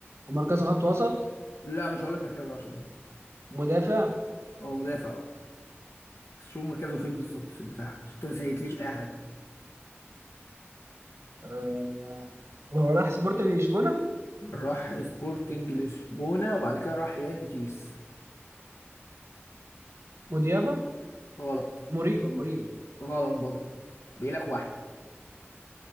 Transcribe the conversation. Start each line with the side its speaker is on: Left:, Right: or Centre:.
Right: ومركزه خط وسط
Left: لا مش هقول لك مركزه عشان
Right: مدافع
Left: هو مدافع اه بس شوف مركزه فين بالظبط في الدفاع عشان ما سهلتليش اي حاجه
Right: آه. وهو راح سبورتنج لشبونة
Left: راح سبورتنج لشبونه وبعد كده راح ريال بيتيس
Right: مديابة
Left: غلط
Right: مريبة مريبة
Left: غلط برضه بيقولك واحده